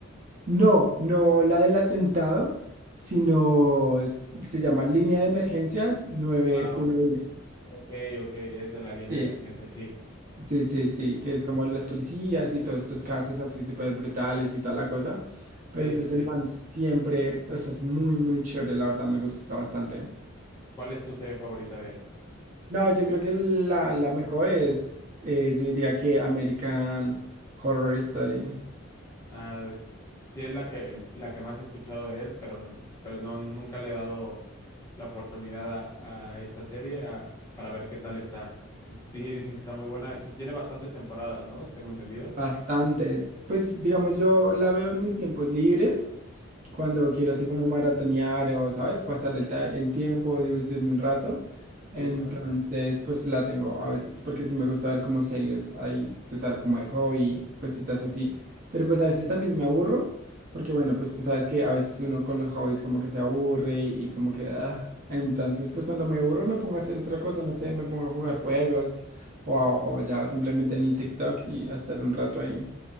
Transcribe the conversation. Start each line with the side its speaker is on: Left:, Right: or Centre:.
Right: No, no la del atentado, sino es- se llama Línea de Emergencias 911.
Left: Ah, o- ok, ok, es de la línea
Right: Sí,
Left: de emergencia, sí.
Right: Sí, sí, sí, que es como los policías y todos estos casos así súper brutales y tal la cosa. Pero
Left: Sí,
Right: entonces
Left: sí,
Right: el
Left: sí.
Right: man siempre, o sea, es muy, muy chévere, la verdad me gusta bastante.
Left: ¿Cuál es tu serie favorita de él?
Right: No, yo creo que la, la mejor es, eh, yo diría que American Horror Story.
Left: Ah, s- sí es la que, la que más he escuchado de él, pero, pero no, nunca le he dado la oportunidad a, a esta serie a- para ver qué tal está. Sí dicen que está muy buena y tiene bastantes temporadas, ¿no? Tengo entendido.
Right: Bastantes. Pues digamos, yo la veo en mis tiempos libres. cuando quiero así como maratonear o, ¿sabes? Pasar el, ta- el tiempo, divertirme un rato. Entonces,
Left: Sí, claro.
Right: pues la tengo a veces, porque sí me gusta ver como series ahí, tú sabes, como de hobby y cositas así. Pero pues a veces también me aburro, porque bueno, pues tú sabes que a veces uno con los hobbies como que se aburre y como que... ah. Entonces, pues cuando me aburro me pongo a hacer otra cosa, no sé, me pongo a jugar juegos o, a- o ya simplemente en el TikTok y a estar un rato ahí.